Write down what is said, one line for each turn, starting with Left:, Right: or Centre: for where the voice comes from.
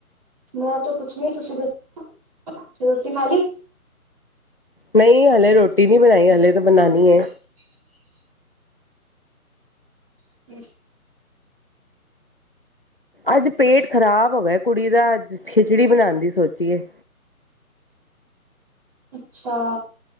Right: ਮੈਂ ਤਾਂ ਕੁਛ ਨੀ। ਤੁਸੀਂ ਦੱਸੋ ਰੋਟੀ ਖਾ ਲੀ?
Left: ਨਹੀਂ ਹਲੇ ਰੋਟੀ ਨਹੀਂ ਬਣਾਈ, ਹਲੇ ਤੇ ਬਣਾਣੀ ਐ।
Right: <unintelligible> <unintelligible>
Left: ਅੱਜ ਪੇਟ ਖਰਾਬ ਹੋ ਗਿਆ ਕੁੜੀ ਦਾ, ਅੱਜ ਖਿਚੜੀ ਬਣਾਣ ਦੀ ਸੋਚੀ ਏ।
Right: ਅੱਛਾ